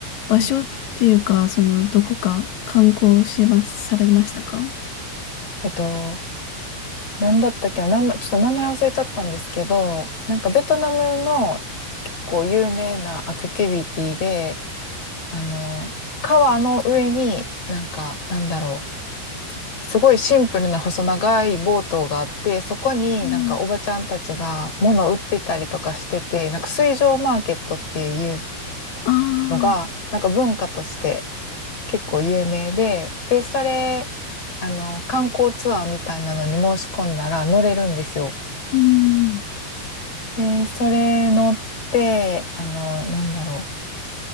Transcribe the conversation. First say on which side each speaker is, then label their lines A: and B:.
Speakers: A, on the left; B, on the left.
A: 場所っていうか、
B: うん
A: その、どこか観光します、されましたか
B: えっと、なんだったっけな、名前ちょっと名前忘れちゃったんですけど、なんかベトナムの結構有名なアクティビティで、あの、川の上になんか、なんだろう、すごいシンプルな細長いボートがあって、そこになんかおばちゃんたちが物を売ってたりとかしてて、
A: うん
B: なんか水上マーケットっていう
A: あ
B: のが、
A: あ、
B: なんか文化として結構有名で、で、それ、あの、観光ツアーみたいなのに申し込んだら乗れるんですよ。
A: うん。
B: で、それ乗って、あの、なんだろ